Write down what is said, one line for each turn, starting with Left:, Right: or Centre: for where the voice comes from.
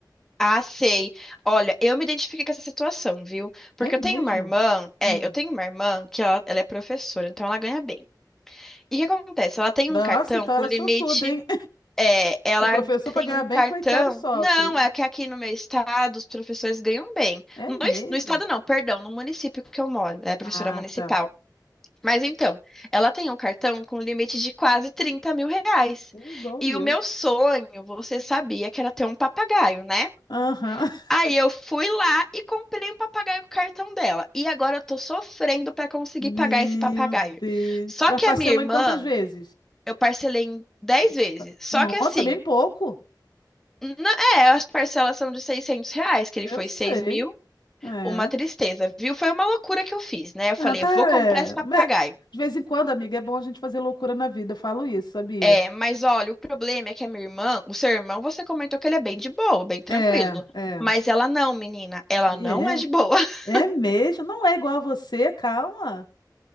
Centre: Ah, sei. Olha, eu me identifiquei com essa situação, viu? Porque
Left: É mesmo?
Centre: eu tenho uma irmã,
Left: Hum.
Centre: é, eu tenho uma irmã que ela, ela é professora, então ela ganha bem. E o que acontece? Ela tem
Left: Nossa,
Centre: um cartão
Left: então
Centre: com
Left: ela
Centre: limite.
Left: é sortuda, hein?
Centre: É, ela
Left: E o professor
Centre: ganha
Left: para ganhar
Centre: um
Left: bem,
Centre: cartão.
Left: coitado, sofre.
Centre: Não, é que aqui no meu estado os professores ganham bem.
Left: É
Centre: No,
Left: mesmo?
Centre: es- no estado não, perdão, no município que eu moro. É professora
Left: Ah,
Centre: municipal.
Left: tá.
Centre: Mas então, ela tem um cartão com limite de quase trinta mil reais.
Left: Ou igual
Centre: E
Left: o meu.
Centre: o meu sonho, você sabia que era ter um papagaio, né?
Left: Aham. <laughs>
Centre: Aí eu fui lá e comprei um papagaio com o cartão dela. E agora eu tô sofrendo pra conseguir
Left: Meu
Centre: pagar esse papagaio.
Left: Deus.
Centre: Só
Left: Mas
Centre: que
Left: parcelou
Centre: a minha irmã
Left: em quantas vezes?
Centre: eu parcelei em 10
Left: 24.
Centre: vezes. Só
Left: Nossa,
Centre: que assim,
Left: bem pouco.
Centre: na- é, as parcelas são de 600 reais, que ele
Left: Eu
Centre: foi
Left: sei.
Centre: seis mil.
Left: É.
Centre: Uma tristeza, viu? Foi uma loucura que eu fiz, né? Eu
Left: Ah,
Centre: falei,
Left: tá.
Centre: vou comprar
Left: É.
Centre: esse papagaio.
Left: Mas, De vez em quando, amiga, é bom a gente fazer loucura na vida. Eu falo isso, sabia?
Centre: É, mas olha, o problema é que a minha irmã, o seu irmão, você comentou que ele é bem de boa, bem tranquilo.
Left: É, é.
Centre: Mas ela não, menina, ela
Left: E
Centre: não
Left: é.
Centre: é de boa. <laughs>
Left: É mesmo. Não é igual a você, calma.